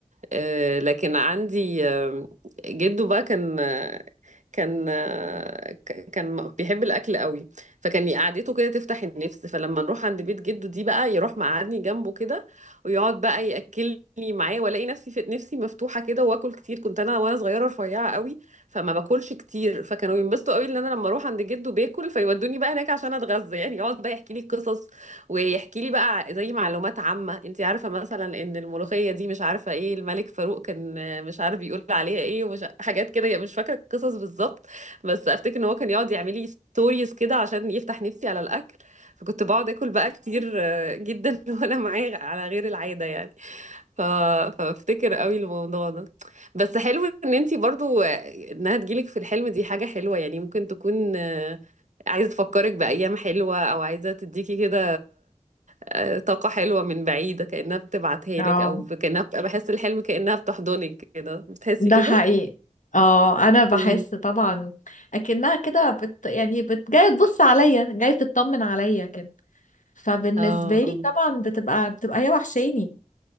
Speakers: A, on the right; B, on the left.
A: آه، لكن عندي آه، جده بقى كان آه، كان آه، ك- كان بيحب الاكل قوي فكان قعدته كده تفتح النفس فلما نروح عند بيت جده دي بقى يروح مقعدني جنبه كده ويقعد بقى ياكلني معاه والاقي نفسي في نفسي مفتوحه كده واكل كتير كنت انا وانا صغيره رفيعه قوي فما باكلش كتير فكانوا ينبسطوا قوي ان انا لما اروح عند جده باكل فيودوني بقى هناك عشان اتغذى يعني يقعد بقى يحكي لي قصص ويحكي لي بقى زي معلومات عامة انت عارفة مثلا ان الملوخية دي مش عارفة ايه الملك فاروق كان آه، مش عارف بيقول عليها ايه ومش حاجات كده يعني مش فاكرة القصص بالظبط بس افتكر ان هو كان يقعد يعمل لي ستوريز كده عشان يفتح نفسي على الاكل فكنت بقعد اكل بقى كتير آه، جدا <laughs> وانا معاه على غير العادة يعني ف... فافتكر قوي الموضوع ده بس حلو ان انت برضو آه، انها تجيلك في الحلم دي حاجة حلوة يعني ممكن تكون آه، عايزة تفكرك بأيام حلوة أو عايزة تديكي كده آه، طاقة حلوة من بعيدة كأنها بتبعتها
B: <laughs> اه
A: لك أو ب- كأنها بت- بحس الحلم كأنها بتحضنك كده بتحسي
B: ده
A: كده؟
B: حقيقي اه انا
A: مم.
B: بحس طبعا اكنها كده بت يعني بت جايه تبص عليا جايه تطمن عليا كده فبالنسبه
A: اه
B: لي
A: اه
B: طبعا بتبقى بتبقى هي وحشاني